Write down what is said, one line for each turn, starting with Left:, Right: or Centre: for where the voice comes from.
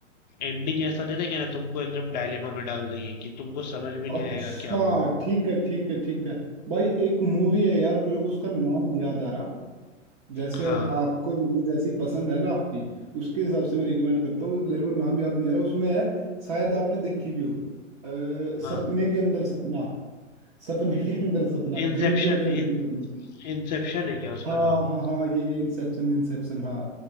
Left: एंडिंग ऐसा दे देंगे ना तुमको एकदम डायलेमा में डाल देंगे कि तुमको समझ में नहीं
Right: अच्छा
Left: आएगा क्या हुआ
Right: ठीक है ठीक है ठीक है भाई एक मूवी है यार मेरे को उसका नाम नहीं याद आ रहा जैसे
Left: हाँ
Right: अग- आपको मतलब जैसी पसंद है ना आपकी उसके हिसाब से मैं रिकमेंड करता हूँ मेरे को नाम याद नहीं आ रहा उसमें है शायद आपने देखी भी हो अ,
Left: हाँ
Right: सपने के अंदर सपना सपने के अंदर सपना
Left: इंसेप्शन
Right: ड्रीम के अंदर ड्रीम
Left: इन
Right: मतलब
Left: इंसेप्शन है क्या उसका
Right: हाँ
Left: नाम
Right: हाँ हाँ ये ये इंसेप्शन इंसेप्शन हाँ